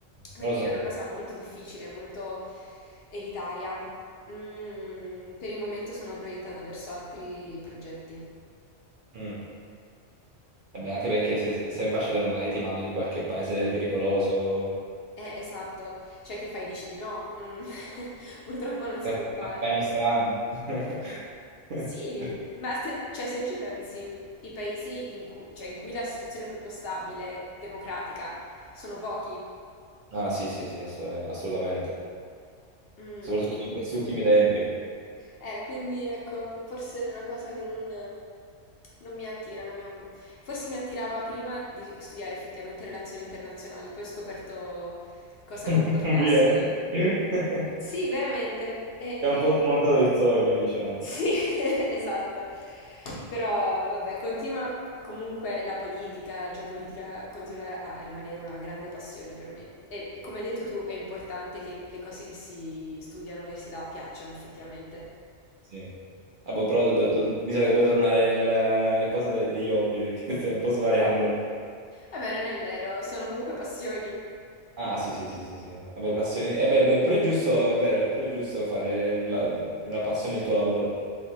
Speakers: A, on the left; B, on the right.
A: Quindi
B: non lo sapevo.
A: è una cosa molto difficile, molto elitaria. Mm, per il momento sono proiettata verso altri progetti.
B: Mm. Vabbè, anche perché se se sei ambasciatore magari ti mandano in qualche paese pericoloso,
A: Eh, esatto. Cioè, che fai? Dici di no? Mm, <laughs> Purtroppo non si
B: sempre
A: può fare.
B: in Afghanistan. <laughs>
A: Sì, ma se, cioè, se ci pensi, i paesi in cui, cioè, in cui la situazione è proprio stabile, democratica, sono pochi.
B: Ah, sì, sì, sì, ass- assolutamente.
A: Mm,
B: Soprattutto
A: quindi-
B: in questi ultimi tempi.
A: Eh, quindi ecco, forse è una cosa che non, non mi attira, non mi am- forse mi attirava prima di studiare effettivamente relazioni internazionali, poi ho scoperto cosa
B: <laughs> Non
A: comportasse.
B: conviene. <laughs>
A: Sì, veramente. E...
B: È un po' smontato il sogno, diciamo.
A: Sì, <laughs> esatto. Però vabbè, continua comunque la politica, la geopolitica continua a rimanere una grande passione per me. E come hai detto tu, è importante che le cose che si studiano all'università piacciono effettivamente.
B: Sì. Vabbè, però dobbiamo- to- mi sa che dobbiamo tornare nel- nella cosa de- degli hobby, perché <laughs> stiamo un po' svariando.
A: Vabbè, non è vero, sono comunque passioni.
B: Ah, sì, sì, sì, sì, sì. Vabbè, passioni... Eh beh, beh, pure è giusto, è vero, è pure giusto fare un la- una passione il tuo lavoro.